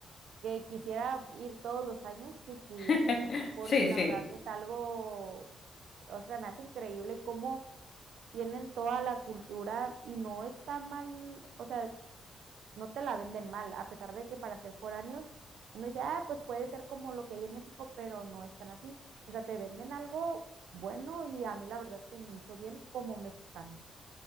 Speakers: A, on the right; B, on the left.
A: que quisiera ir todos los años si pudiese,
B: <laughs>
A: porque
B: Sí,
A: la
B: sí,
A: verdad es algo, o sea, me hace increíble cómo tienen toda la cultura y no está mal, o sea, no te la venden mal, a pesar de que para ser foráneos uno dice, ah, pues puede ser como lo que hay en México, pero no es tan así, o sea, te venden algo bueno y a mí la verdad se me hizo bien como mexicano.